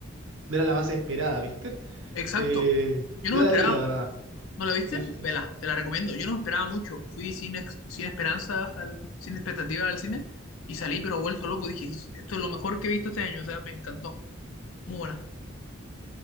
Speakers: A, on the right; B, on the left.
A: no era la más esperada, ¿viste?
B: Exacto.
A: Eh,
B: Yo
A: no
B: no me
A: la
B: esperaba.
A: vi, la verdad.
B: ¿No la viste?
A: Sí, sí.
B: Vela, te la recomiendo. Yo no esperaba mucho. Fui sin, ex- sin esperanzas, al- sin expectativas al cine y salí pero vuelto loco. Dije, esto es lo mejor que he visto este año. O sea, me encantó. Muy buena.